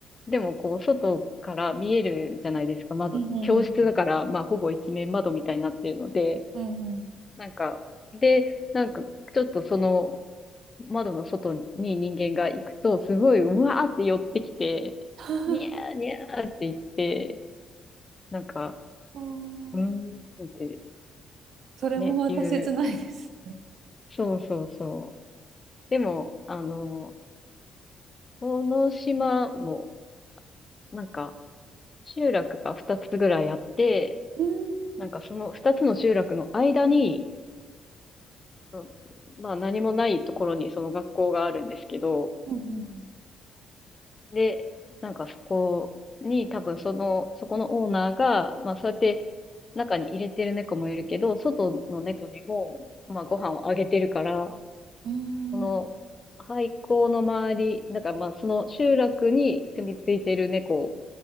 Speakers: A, on the left; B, on the right.
A: でもこう、外から見えるじゃないですか、窓。
B: うんうん
A: 教室だから、まあ、ほぼ一面窓みたいになってるので、
B: うんうんうん
A: なんか、で、なんか、ちょっとその、窓の外に人間が行くと、すごい、うわーって寄ってきて、
B: <laughs>
A: にゃーにゃーって言って、なんか、
B: うーん
A: うーんって
B: <laughs> それもまた切ないです。
A: ね、言う。そうそうそう。でも、あの、この島も、なんか、集落が2つぐらいあって、
B: うーん
A: なんかその二つの集落の間に、うんまあ何もないところにその学校があるんですけど、
B: うんうん
A: で、なんかそこに多分その、そこのオーナーが、まあそうやって中に入れてる猫もいるけど、外の猫にも、まあご飯をあげてるから、
B: うん
A: その廃校の周り、だからまあその集落に住み着いてる猫